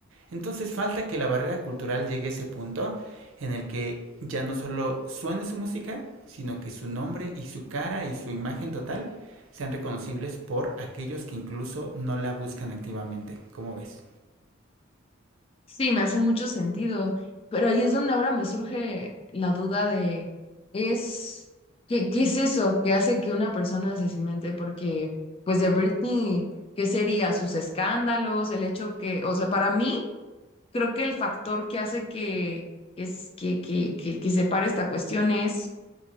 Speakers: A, on the right; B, on the left.
A: Entonces falta que la barrera cultural llegue a ese punto en el que ya no solo suene su música, sino que su nombre y su cara y su imagen total sean reconocibles por aquellos que incluso no la buscan activamente. ¿Cómo ves?
B: Sí, me hace mucho sentido, pero ahí es donde ahora me surge la duda de, es, ¿qué, qué es eso que hace que una persona se cimente? Porque, pues de Britney, ¿qué sería? ¿Sus escándalos? El hecho que, o sea, para mí, creo que el factor que hace que, que, es- que, que, que, que separe esta cuestión es